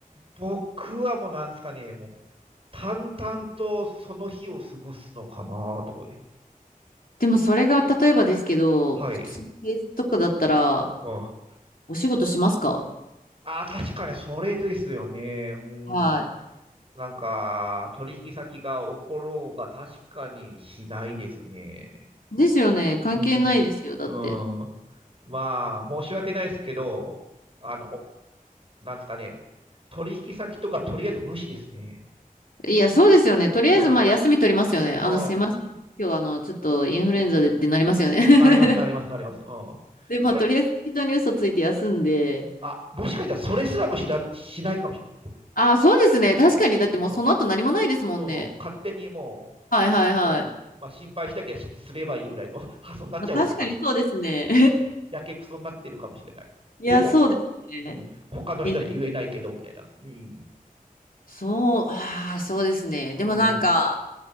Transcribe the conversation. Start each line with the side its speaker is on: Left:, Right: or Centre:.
Right: 僕はもうなんですかね。もう、淡々とその日を過ごすのかなとこで。
Left: でもそれが例えばですけど、
Right: はい。
Left: 普通の平日とかだったら
Right: うん。あ
Left: お仕事しますか
Right: あ、確かにそれですよね。うん。
Left: は
Right: なんか、取引先が起ころうが確かにしないですね。
Left: い。ですよね。関係ないですよ。
Right: うん。
Left: だって。
Right: うん。まあ、申し訳ないですけど、あの、おなんですかね。取引先とかとりあえず無視ですね。
Left: いや、そうですよね。とりあえずまあ休み取りますよね。
Right: うん。
Left: あの、
Right: う
Left: すいません。今日あの、ちょっとインフルエンザでってなりますよね。
Right: ん。なります、なります、なります。うん。そ
Left: <laughs> で、まあとりあえず適当に嘘ついて休んで、
Right: れ、あ、もしかしたらそれすらも知らな、しないかもしれない、僕。
Left: あ、あそうですね。確かに。
Right: うん。
Left: だってもうその後何もないですもんね。
Right: うん。うん。勝手にも
Left: はいはいはい。
Right: う、うん。まあ、心配したきゃしすればいいぐらいの <laughs> 発想になっちゃうのかもし
Left: まあ確かにそうですね。
Right: れない。うんやけくそになってるかもしれない。
Left: <laughs> いや、
Right: でも、
Left: そうですね。
Right: うん、他の人に言えないけど、
Left: え、
Right: みたいな。うん。
Left: そう、ああ、そうですね。でもなんか、
Right: う